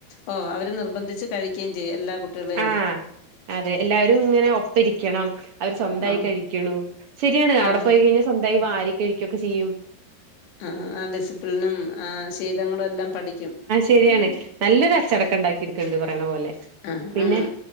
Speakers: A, on the left; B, on the right.
A: ഓ അവര് നിർബന്ധിച്ച് കഴിക്കേ, ചെയ്യും എല്ലാ കുട്ടികളെ,
B: ആഹ് അതെ എല്ലാവരുംങ്ങനെ ഒപ്പരിക്കണം അവർ സ്വന്തായി
A: ആഹ്
B: കഴിക്കണം. ശെര്യാണ്, അവ്ടെ
A: ആഹ്
B: പോയി കഴിഞ്ഞാൽ സ്വന്തായി
A: ഉം
B: വാരി- കഴിക്കൊക്കെ ചെയ്യും.
A: അ ആ ഡിസിപ്ലിനും, ആ ശീലങ്ങളും എല്ലാം പഠിക്കും.
B: ശെരിയാണ്
A: ഉം
B: നല്ലൊരു അച്ചടക്കം ണ്ടാക്കിട്ണ്ട് പറിണ പോലെ.
A: ആഹാ
B: പിന്നെ
A: ആഹാ